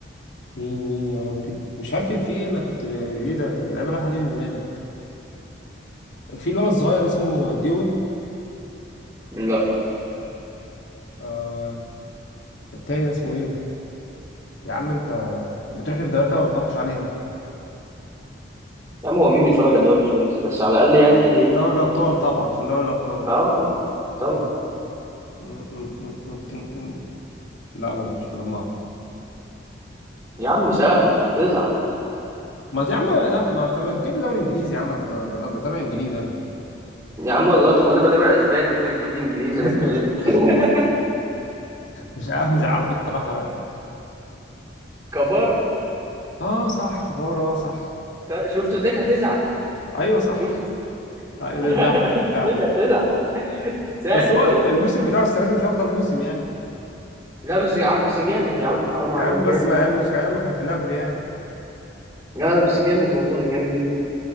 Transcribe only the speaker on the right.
لا
يا عم هو مين بيتفرج على الدوري الفرنسي بس على الاقل يعني
اه اه طبعا
يا عم سهل هتزعل
يا عم والله طب ما انا بتابع اسباني وانت بتجيب لي انجليزي
انا اتكلمت <laughs>
كفاره
طيب، شفت ازيك هتزعل
شفت
<laughs>
ازيك هتزعل سهل
اهو
لا بس يا عم بس جامد يا عم حرام
عليك
جامد
لا لا بس جامد والله جامد جدا